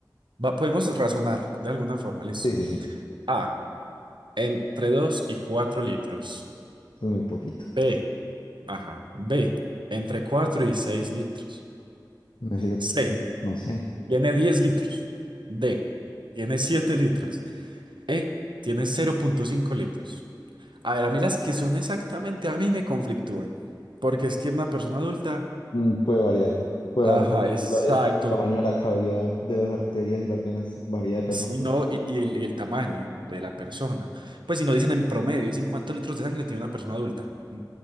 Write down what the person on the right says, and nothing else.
va- podemos razonar de alguna forma, listo.
A, entre 2 y 4 litros.
B, ajá, B, entre 4 y 6 litros.
C,
tiene 10 litros. D, tiene 7 litros. E, tiene cero punto cinco litros. A ver, a mí las que son exactamente a mí me conflictúan. Porque es que una persona adulta,
ajá,
exacto.
Si
no, y, y el, y el tamaño de la persona. Pues si no dicen en promedio, dicen cuántos litros de sangre tiene una persona adulta. Mm,